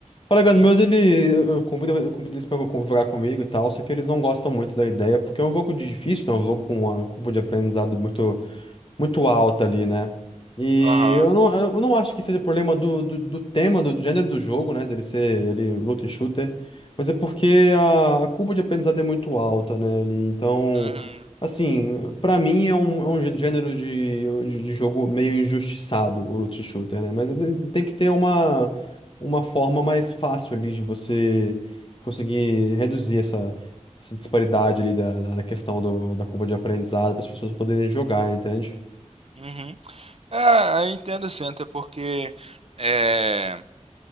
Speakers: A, on the left (about 45°); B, on the right (about 55°).
A: Colegas
B: uhum,
A: meus, ele, eu eu convido, eu convido eles pra co- jogar comigo e tal, só que eles não gostam muito da ideia, porque é um jogo de difícil, né? Um jogo com uma curva de aprendizado muito muito alta ali, né? E
B: aham,
A: eu não, eu não acho que seja problema do, do, do tema, do, do gênero do jogo, né? Dele ser ele luta e shooter. Mas é porque a, a curva de aprendizado é muito alta, né? Ali, então,
B: uhum,
A: assim, pra mim é um, é um gê- gênero de, de, de jogo meio injustiçado, o luta e shooter, né? Mas ele tem que ter uma, uma forma mais fácil ali de você conseguir reduzir essa essa disparidade ali da, da, da questão do, da curva de aprendizado para as pessoas poderem jogar, entende?
B: uhum. É, eu entendo sim, até porque. É,